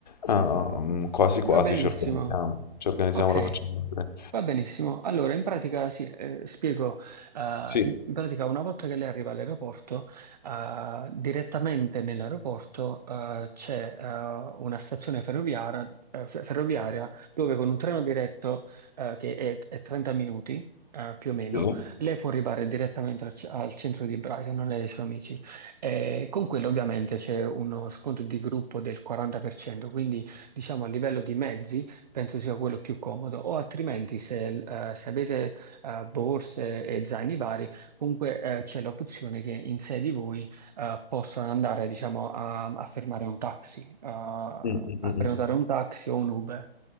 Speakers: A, on the left; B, on the right.
A: ah, mm, quasi quasi
B: Va benissimo.
A: ci organizziamo, ci organizziamo,
B: Ok.
A: la facciamo. con i treni.
B: Va benissimo. Allora, in pratica, sì, eh, spiego. Eh,
A: Sì,
B: in, in pratica, una volta che lei arriva all'aeroporto, eh, direttamente nell'aeroporto, eh, c'è, eh, una stazione ferroviaria, eh, fe- ferroviaria dove con un treno diretto, eh, che è, è 30 minuti. eh, più o meno,
A: sì.
B: lei può arrivare direttamente al, ce- al centro di Brighton, lei e i suoi amici. E con quello ovviamente c'è uno sconto di gruppo del 40%, quindi diciamo a livello di mezzi Penso sia quello più comodo, o altrimenti se, eh, se avete eh, borse e zaini vari, comunque eh, c'è l'opzione che in sé di voi eh, possano andare, diciamo, a, a fermare un taxi, a,
A: Mm, mm,
B: a
A: mm,
B: prenotare
A: mm.
B: un taxi o un Uber.